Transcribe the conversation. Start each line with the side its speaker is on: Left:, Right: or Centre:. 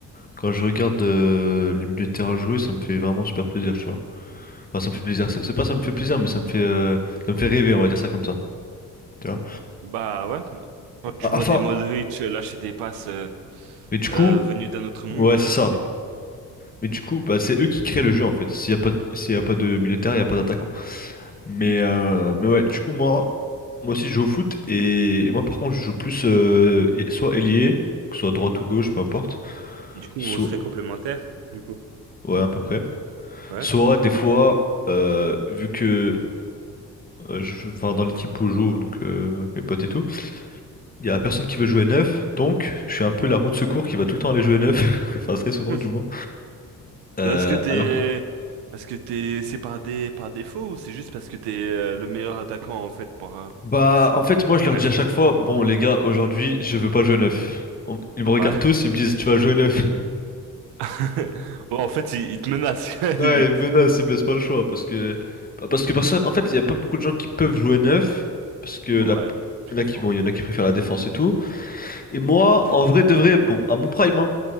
Left: quand je regarde euh, les milieux de terrain jouer, ça me fait vraiment super plaisir, tu vois. Enfin, ça me fait plaisir. C'est c'est pas ça me fait plaisir, mais ça me fait, euh, ça me fait rêver, on va dire ça comme ça. Tu vois?
Right: Bah ouais. Quand tu
Left: Ah,
Right: vois
Left: Enfin,
Right: des Modric euh, lâcher des passes euh,
Left: mais du coup,
Right: euh, venues d'un autre monde,
Left: ouais,
Right: euh,
Left: c'est ça.
Right: c'est.
Left: Mais du coup, bah, c'est eux qui créent le jeu en fait. S'il y a pas, de- s'il y a pas de militaire, il y a pas d'attaquant. Mais, euh, mais ouais, du coup, moi, moi aussi, je joue au foot et, et moi, par contre, je joue plus euh, et- soit ailier, que ce soit droite ou gauche, peu importe.
Right: Du coup,
Left: Soit,
Right: on serait complémentaires, du coup.
Left: ouais, à peu près.
Right: Ouais.
Left: Soit des fois, euh, vu que, euh, je, je- enfin, dans l'équipe où je joue, donc euh, mes potes et tout. Il y a personne qui veut jouer neuf, donc je suis un peu la roue de secours qui va tout le temps aller jouer neuf, <laughs> enfin très souvent
Right: Hmm.
Left: du moins. Euh,
Right: Est-ce que t'es,
Left: alors,
Right: est-ce que t'es, c'est par des, par défaut ou c'est juste parce que t'es euh, le meilleur attaquant en fait pour euh,
Left: bah
Right: pour ce
Left: en fait moi je
Right: qui
Left: leur
Right: reste?
Left: dis à chaque fois, bon les gars aujourd'hui je veux pas jouer neuf. On- Ils me regardent
Right: Ouais.
Left: tous, ils me disent tu vas jouer neuf. <laughs>
Right: <laughs> Ouais, en fait, il, il te menace <laughs>
Left: Ouais,
Right: limite.
Left: ils me menacent, ils me laissent pas le choix parce que bah, parce que personne, en fait il y a pas beaucoup de gens qui peuvent jouer neuf parce que
Right: Ouais,
Left: la...
Right: je
Left: il
Right: comprends.
Left: y en a qui bon il y en a qui préfèrent la défense et tout. Et moi en vrai de vrai bon à mon prime hein,